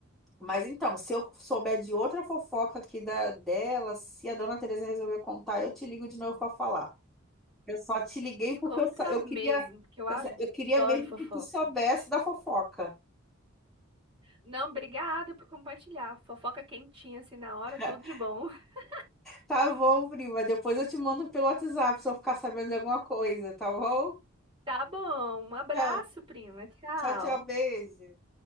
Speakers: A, in the centre; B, on the right.
A: Mas então, se eu souber de outra fofoca aqui da dela, se a dona Teresa resolver contar, eu te ligo de novo para falar. Eu só te liguei
B: Pois
A: porque
B: conta
A: eu, sa- eu
B: mesmo,
A: queria
B: que eu adoro
A: eu, sa- eu queria mesmo
B: fofoca.
A: que tu soubesse da fofoca.
B: Não, obrigada por compartilhar. Fofoca quentinha assim na hora,
A: <laughs>
B: tudo de bom. <laughs>
A: Tá bom, prima. Depois eu te mando pelo WhatsApp se eu ficar sabendo de alguma coisa, tá bom?
B: Tá bom, um abraço,
A: Tchau,
B: prima. Tchau.
A: tchau, tchau, beijo.